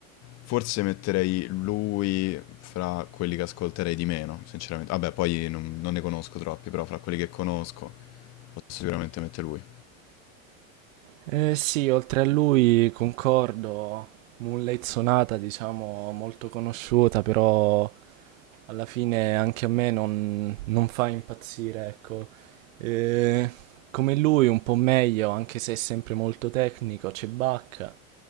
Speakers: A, on the left; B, on the right.
A: forse metterei lui fra quelli che ascolterei di meno, sinceramente. Vabbè, poi non, non ne conosco troppi, però fra quelli che conosco posso sicuramente mettere lui.
B: Eh sì, oltre a lui concordo, Moonlight Sonata diciamo molto conosciuta, però alla fine anche a me non, non fa impazzire, ecco. Eh, come lui un po' meglio, anche se è sempre molto tecnico, c'è Bach.